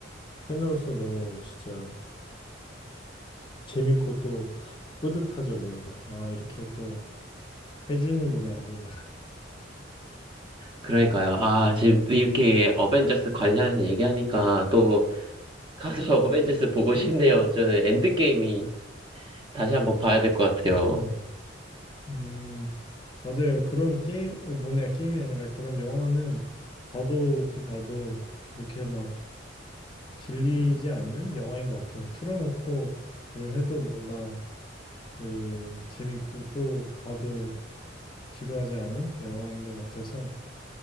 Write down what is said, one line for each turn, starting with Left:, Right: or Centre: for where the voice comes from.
Left: 팬으로서 너무 진짜 재밌고 또 뿌듯하죠, 뭔가. 아, 이렇게 또 해주는구나, 뭔가.
Right: 그러니까요. 아, 지금 또 이렇게 어벤져스 관련해서 얘기하니까 또 가서 <laughs> 어벤져스 보고 싶네요. 저는 엔드게임이 다시 한번 봐야 될 것 같아요.
Left: 음, 맞아요. 그런 게임, 어, 뭐냐, 게임이 아니라 그런 영화는 봐도 또 봐도 이렇게 막 질리지 않는 영화인 것 같아요. 틀어놓고 뭘 해도 뭔가 그 재밌고 또 봐도 지루하지 않은 영화인 것 같아서.